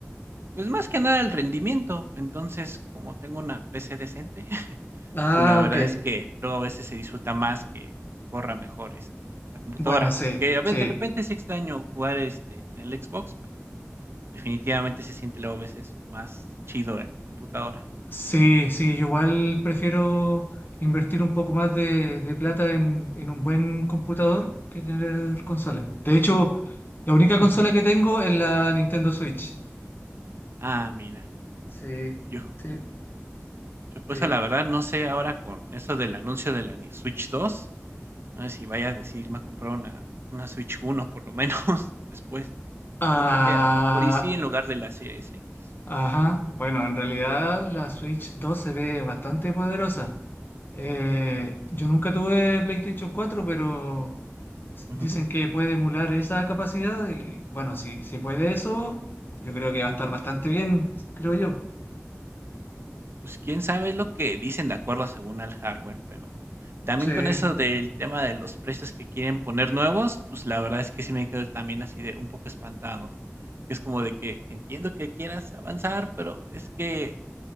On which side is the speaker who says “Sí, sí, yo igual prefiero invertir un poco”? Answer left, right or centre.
Left